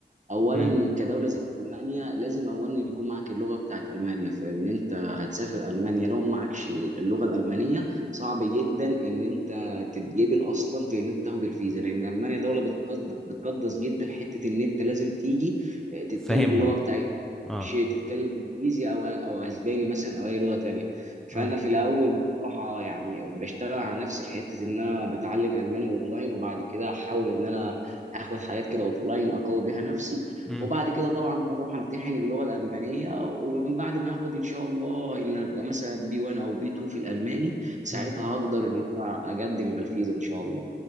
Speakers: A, on the right; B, in the centre.
A: اولا
B: امم
A: كدوله زي المانيا لازم اولا يكون معاك اللغه بتاعت المانيا فان انت هتسافر المانيا لو معكش اللغه الالمانيه صعب جدا ان انت تتجبل اصلا في ان انت تاخد الفيزا لان المانيا دوله بتقد- بتقدس جدا حته ان انت لازم تيجي آه، تتكلم
B: فاهمهم
A: اللغه بتاعتهم مش
B: اه
A: تتكلم انجليزي او او اسباني مثلا او اي لغه تانية فانا
B: اه
A: في الاول بصراحه يعني بشتغل على نفسي في حته ان انا بتعلم الماني اونلاين وبعد كده احاول ان انا هاخد حاجات كده اوف لاين اقوي بيها نفسي
B: امم
A: وبعد كده طبعا هروح امتحن اللغه الالمانيه ومن بعد ما اخد ان شاء الله ان ابقى مثلا بي 1 او بي 2 في الالماني ساعتها
B: امم
A: هقدر ان انا اقدم على الفيزا ان شاء الله